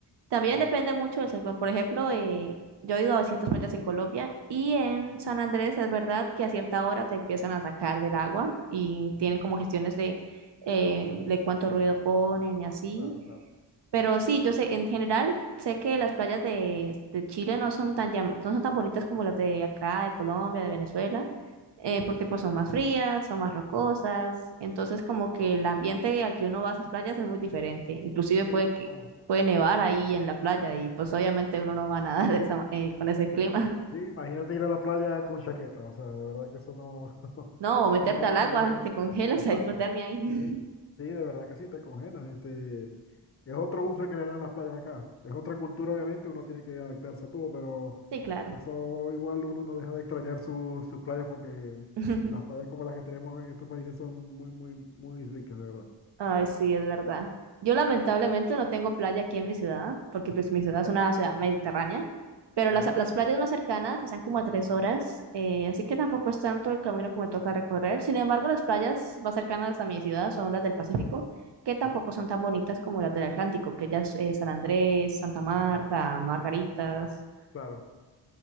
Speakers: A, on the right; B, on the left.
A: También
B: Sí,
A: depende mucho del sector. Por ejemplo, eh, yo he ido a distintas playas en Colombia y en San Andrés es verdad que a cierta hora te empiezan a sacar del agua y
B: ujú,
A: tienen como gestiones de, eh, de cuánto ruido ponen y así.
B: Claro, claro.
A: Pero sí, yo sé, en general, sé que las playas de, de Chile no son tan llama- no son tan bonitas como las de acá, de Colombia, de Venezuela, eh,
B: Sí,
A: porque
B: sí.
A: pues son más frías, son más rocosas,
B: Ujú.
A: entonces como que el ambiente al que uno va a esas playas es muy diferente, inclusive puede
B: Sí,
A: que
B: total.
A: puede nevar ahí en la playa y pues obviamente uno no va a nadar de esa ma- eh, con ese
B: <laughs>
A: clima. <laughs>
B: Sí, imagínate ir a la playa con chaqueta, o sea, de verdad que eso no,
A: No,
B: <laughs>
A: o meterte
B: no,
A: al agua,
B: no,
A: te congelas,
B: exacto.
A: hay hipotermia ahí.
B: Sí, sí, de verdad que sí, te congelas. Este, es otro uso que le dan a las playas acá. Es otra cultura, obviamente, uno tiene que adaptarse a todo, pero
A: <laughs> Sí, claro.
B: eso igual uno no deja de extrañar su- sus playas porque
A: <laughs>
B: las playas como las que tenemos en estos países son muy, muy, muy ricas, de verdad.
A: Ay, sí, es verdad. Yo lamentablemente no tengo playa aquí en mi ciudad, porque pues mi ciudad es una ciudad mediterránea, pero las,
B: ¿Ya ves?
A: las playas más cercanas están como a tres horas, eh, así que tampoco es tanto el camino que me toca recorrer. Sin embargo, las playas más cercanas a mi ciudad son las del Pacífico, que tampoco
B: Ujú,
A: son tan bonitas como las del Atlántico, que ya es eh, San Andrés, Santa Marta,
B: ujú.
A: Margaritas.
B: Claro.